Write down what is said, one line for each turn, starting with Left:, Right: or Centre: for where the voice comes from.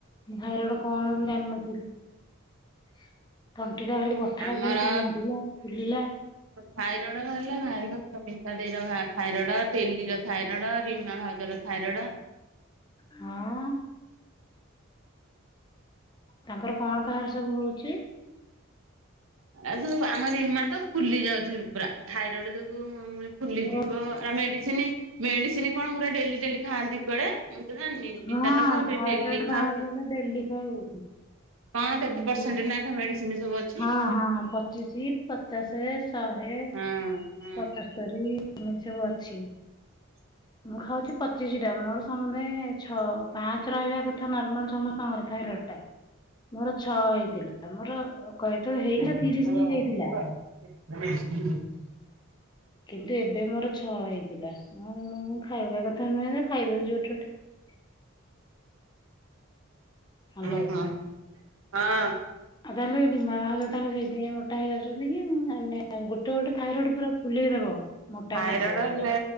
Left: ଥାଇରଡ କଣ ମୁଁ ଜାଣିନଥିଲି <unintelligible> ଛିଡ଼ା ହେଲି ବଥା
Right: ଆମର
Left: ଲଗେଇକି ବିନ୍ଧିଲା ଫୁଲିଲା
Right: ଥାଇରଏଡ ବାହାରିଲା <unintelligible> ମିଶା ଦେଇ ର ଥାଇରଡ ଟିଲିର ଥାଇରଡ ରିମା ଭାଉଜର ଥାଇରଡ ଥାଇରଡ
Left: ହଁ ତାଙ୍କର କଣ କାହାର ସବୁ ହଉଛି?
Right: ଏଜ ଆମ ରିମା ତ ଫୁଲି ଯାଉଛି ପୁରା ଥାଇରଡ ଯୋଗୁଁ ଫୁଲିଯିବ
Left: ଓ
Right: ଆ ମେଡିସିନ ମେଡିସିନ କଣ ଗୋଟେ ଡେଲି ଡେଲି ଖାଆନ୍ତି ପରା ମୁଁ ତ ଜାଣିନି
Left: ହଁ
Right: ମିତା ତ ଖାଉଛି
Left: ଥାଇରଏଡ
Right: ଡେଲି ଖାଆନ୍ତି
Left: ବାହାରିଲେ ଡେଲି ଖାଇବୁ।
Right: ହଁ କେତେ
Left: ଯେମିତି।
Right: ପରସେଣ୍ଟ ନା ମେଡିସିନ ସବୁ ଅଛି
Left: ହଁ ହଁ ପଚିଶି ପଚାଶ ଶହେ
Right: ହଁ ହଁ।
Left: ପଞ୍ଚସ୍ତରୀ ଏମିତି ସବୁ ଅଛି
Right: <inaudible>
Left: ମୁଁ ଖାଉଛି ପଚିଶିଟା ମୋର ସମୁଦାୟ ଛଅ ପାଞ୍ଚ ରହିବା କଥା ନର୍ମାଲ ସମସ୍ତଙ୍କର ଥାଇରଏଡ଼ ମୋର ଛଅ ହେଇଥିଲା ମୋର କଇଥ ହେଇନ
Right: ଓହୋ
Left: ତିରିଶି ହୋଇ ଯାଇଥିଲା
Right: ହଁ <unintelligible>
Left: କିନ୍ତୁ ଏବେ ମୋର ଛଅ ହେଇଥିଲା ମୁଁ ମୁଁ ଖାଇବା କଥା ନୁହେଁ ଯେ <unintelligible> ହ୍ୟାଲୋ।
Right: ଓହୋ ହଁ
Left: ଆଉ ତାହେଲେ ରୀମା ଭାଉଜ ତାହଲେ ସେଇଥିପାଇଁ ମୋଟା ହେଇଯାଉଛନ୍ତି କି ମୁଁ ଜାଣିନି ଗୋଟେ ଗୋଟେ ଥାଇରଏଡ ପୁରା ଫୁଲେଇଦବ ମୋଟା
Right: ଥାଇରଏଡ
Left: କରିଦବ
Right: ହେଲେ